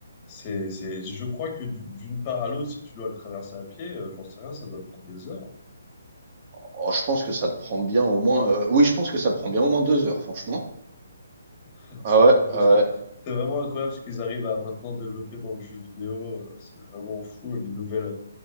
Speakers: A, on the left; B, on the right.
A: C'est, c'est, je crois que du- d'une part à l'autre, si tu dois le traverser à pied, euh, j'en sais rien, ça doit prendre des heures.
B: Oh, je pense que ça te prend bien au moins. euh, Oui, je pense que ça te prend bien au moins deux heures, franchement.
A: <laughs> C'est
B: Ah
A: un
B: ouais,
A: truc comme
B: ah
A: ça.
B: ouais.
A: C'est vraiment incroyable ce qu'ils arrivent à maintenant développer dans le jeu vidéo. euh, C'est vraiment fou. Les nouvelles,